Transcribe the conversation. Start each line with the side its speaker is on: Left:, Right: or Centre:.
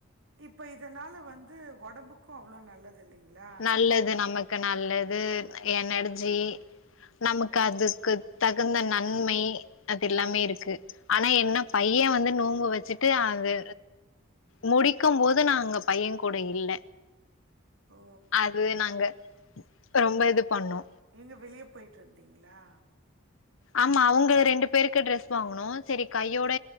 Right: இப்போ இதனால வந்து ஒடம்புக்கு அவ்ளோ நல்லது தில்லைங்களா
Left: நல்லது நமக்கு நல்லது எனர்ஜி நமக் க அதுக்கு
Right: ஆமா
Left: தகுந்த நன்மை அது எல்லாமே இருக்கு ஆனா என்ன பையே வந்து நோம்பு வச்சுட்டு அது முடிக்கு போது நா அங்க பையே கூட இல்ல
Right: ஓ
Left: அது நாங்க ரொம்ப இது பண்ணோ
Right: ஏங்க வெளிய போய்ட்டுருந்தீங்களா
Left: ஆமா அவுங்க ரெண்டு பேருக்கு ட்ரெஸ் வாங்கணு செரி கையோட